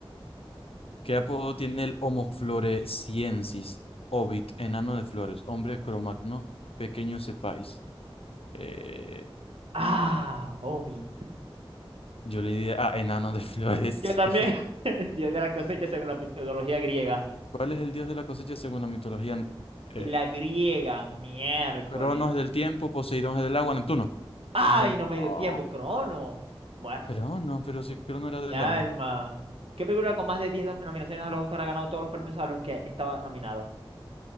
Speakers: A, on the left; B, on the right.
A: ¿Qué apodo tiene el Homo floresiensis? Ovid, enano de flores, hombre cromagno, pequeño sepáis. Eh,
B: Ah, Ovid.
A: yo le diría, ah, enano de flores.
B: Yo también.
A: <laughs> sí.
B: <laughs> El dios de la cosecha según la mitología griega.
A: ¿Cuál es el dios de la cosecha según la mitología? Eh,
B: Y la griega, miércoles.
A: Cronos es del tiempo, Poseidón es del agua, Neptuno.
B: Ay,
A: Ay,
B: no me
A: no.
B: dio tiempo, Crono. Bueno,
A: Crono, pero si Crono era
B: mi
A: del
B: alma.
A: agua.
B: ¿Qué película con más de 10 nominaciones a los Oscar ha ganado todos los premios a los que estaba nominada?